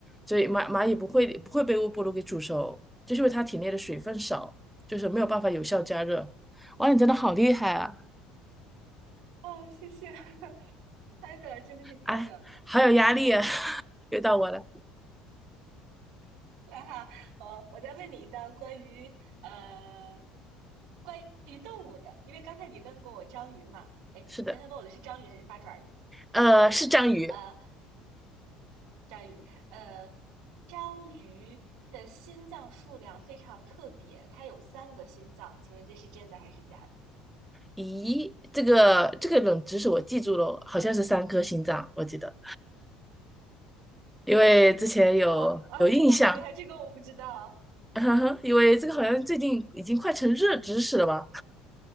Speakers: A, in the centre; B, on the right.
A: 所以蚂蚂蚁不会不会被微波炉给煮熟，就是因为它体内的水分少，就是没有办法有效加热。哇，你真的好厉害啊！
B: 哦，谢谢，<laughs> 猜的真的是猜的，
A: 哎，好有压力啊！
B: 呃。
A: <laughs> 又到我了，
B: <laughs> 那哈，我我再问你一道关于呃关于动物的，因为刚才你问过我章鱼嘛，哎，
A: 是的，
B: 你刚才问我的是章鱼还是八爪鱼？
A: 呃，
B: 是章鱼哈，
A: 是章鱼。
B: 呃，章鱼，呃，章鱼的心脏数量非常特别，它有三个心脏，请问这是真的还是假的？
A: 咦，这个这个冷知识我记住了，好像是三颗心脏，我记得，因为之前有有印象。
B: 哇啊，真的好厉害，这个我不知道，
A: <laughs> 哈哈，因为这个好像最近已经快成热知识了吧？